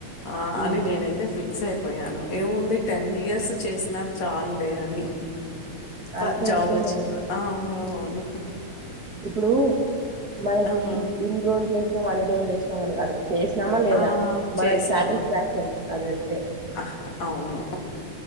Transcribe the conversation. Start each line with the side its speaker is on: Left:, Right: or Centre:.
Left: ఆ అని
Right: ఉమ్
Left: నేనైతే ఫిక్ ఫిక్స్ అయిపోయాను ఏముంది టెన్ ఇయర్స్ చేసినా చాలులే అని ప
Right: అంతే
Left: జాబ్
Right: అంటే
Left: వచ్చింది
Right: మరి
Left: ఆ అవును
Right: ఇప్పుడు మనకి
Left: ఆహా!
Right: ఇన్ రోజులు చేస్ మన అన్ని రోజలు చేష్ణామని కాదు చేసినామా లేదా
Left: ఆ!
Right: మనకు
Left: చేశాము.
Right: సాటిస్ఫాక్షన్ అదంతే
Left: అ! అవును.